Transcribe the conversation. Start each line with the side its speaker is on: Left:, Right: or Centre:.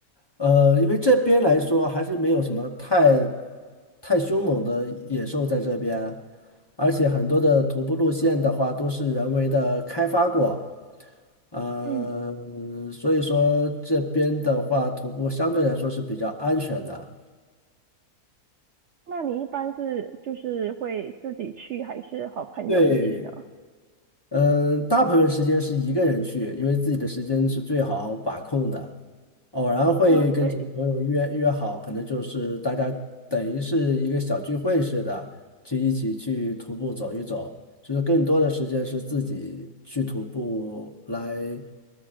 Left: 呃，因为这边来说还是没有什么太太凶猛的野兽在这边，而且很多的徒步路线的话都是人为的开发过，呃，
Right: 嗯，
Left: 所以说这边的话徒步相对来说是比较安全的。
Right: 那你一般是就是会自己去，还是和朋友一起呢？
Left: 对，嗯，大部分时间是一个人去，因为自己的时间是最好把控的。偶然会跟几个朋友约约好，
Right: 嗯，对，
Left: 可能就是大家等于是一个小聚会似的，去一起去徒步走一走。就是更多的时间是自己去徒步来，